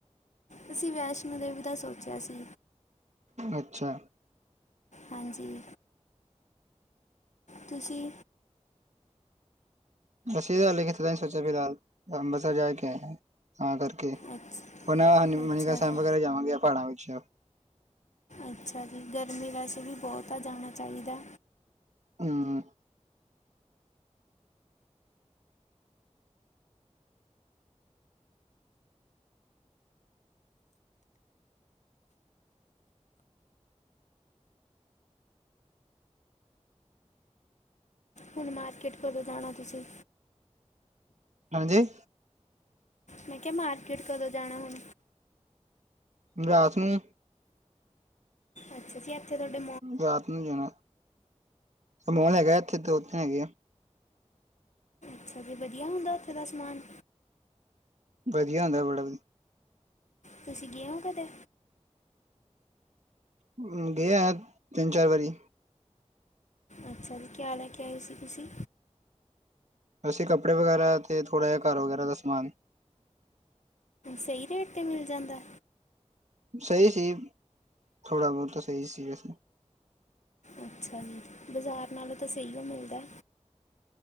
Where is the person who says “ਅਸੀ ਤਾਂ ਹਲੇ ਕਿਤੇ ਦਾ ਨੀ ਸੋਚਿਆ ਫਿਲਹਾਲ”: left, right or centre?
Right